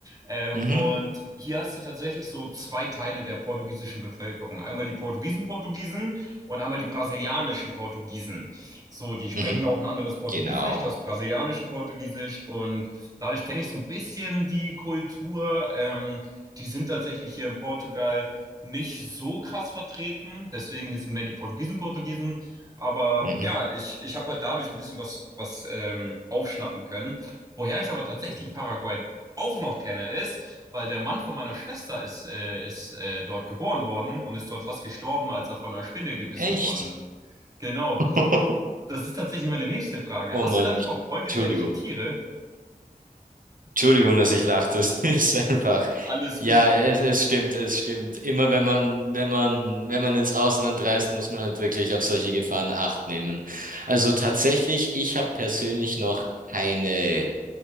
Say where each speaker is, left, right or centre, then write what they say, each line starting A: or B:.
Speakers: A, on the right (about 25°); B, on the right (about 65°).
A: Ähm,
B: Mhm.
A: und hier hast du tatsächlich so zwei Teile der portugiesischen Bevölkerung. Einmal die Portugiesen Portugiesen und einmal die brasilianischen Portugiesen. So, die sprechen
B: Mhm.
A: auch ein anderes Portugiesisch,
B: Genau.
A: das brasilianische Portugiesisch. Und dadurch kenne ich so ein bisschen die Kultur. Ähm, die sind tatsächlich hier in Portugal nicht so krass vertreten. Deswegen hier sind mehr die Portugiesen Portugiesen. Aber
B: Mhm.
A: ja, ich, ich habe halt dadurch ein bisschen was, was ähm, aufschnappen können. Woher ich aber tatsächlich
B: Mhm.
A: Paraguay auch noch kenne, ist, weil der Mann von meiner Schwester ist, äh, ist äh, dort geboren worden und ist dort fast gestorben, als er von einer Spinne gebissen
B: Echt?
A: wurde. Genau.
B: <laughs>
A: Das ist tatsächlich meine nächste Frage.
B: Oh
A: Hast
B: Mann,
A: du da nicht auch voll gefährliche
B: Entschuldigung.
A: Tiere?
B: Entschuldigung, dass ich lachte. Es <laughs> ist einfach.
A: Alles
B: Ja,
A: gut.
B: es, es stimmt, es stimmt. Immer wenn man, wenn man, wenn man ins Ausland reist, muss man halt wirklich auf solche Gefahren Acht nehmen. Also tatsächlich, ich habe persönlich noch keine